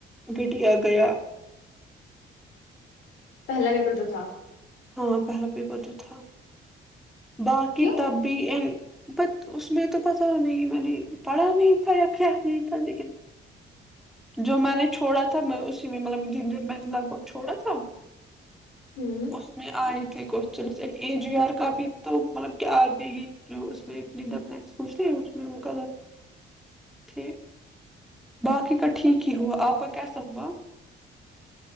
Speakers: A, in the centre; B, on the left.
A: گٹیا گیا
B: پہلا پیپر جو تھا
A: ہاں پہلا بھی ب تو تھا باقی
B: کیوں
A: طب بھیی انین ب اس میں تو پتا نہیں میں نے پڑھا نہیں تھا یا کیا نہیں تھا لیکن جو میں نے چھوڑا تھا میں اسی میں مطلب جن دن میں نے لگ بھگ چھوڑا تھا
B: ہوں
A: اس میں آئے ن جی آر کا بھی تو مطلب کیا آ جے گی جو اس فوچھ اس وہ غلط ٹھیک باقی کا ٹھیک ہی ہوا آپ پک سب